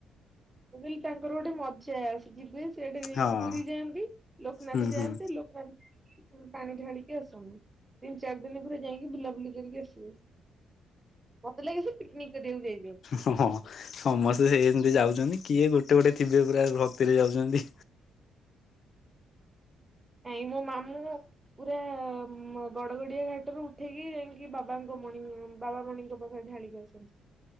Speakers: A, on the right (about 15°); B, on the left (about 60°).
A: ମୁଁ କହିଲି ତାଙ୍କର ଗୋଟେ ମଜା ସିଏ ଯିବେ। ସେଠି ଯାଇକି
B: ହଁ
A: ପୁରୀ ଯାଆନ୍ତି ଲୋକନାଥ
B: ହୁଁ
A: ଯାଆନ୍ତି
B: ହୁଁ
A: ଲୋକନାଥ ପାଣି ଢାଳିକି ଆସନ୍ତି। ତିନି ଚାରି ଦିନ ପୁରା ଯାଇକି ବୁଲାବୁଲି କରିକି ଆସିବେ। ମତେ ଲାଗେ ସିଏ ପିକନିକ୍ କୁ ଯାଏ
B: ହଁ ହଁ ସମସ୍ତେ ସେମିତି ଯାଉଛନ୍ତି। କିଏ ଗୋଟେ ଗୋଟେ ଥିବେ ପୁରା ଭକ୍ତିରେ ଯାଉଛନ୍ତି।
A: ନାଇଁ ମୋ ମାମୁଁ ପୁରା ଗଡଗଡିଆ ଘାଟରୁ ଉଠେଇକି ଯାଇକି ବାବାଙ୍କ ମଣି ବାବା ମଣିଙ୍କ ଢାଳିକି ଆସନ୍ତି।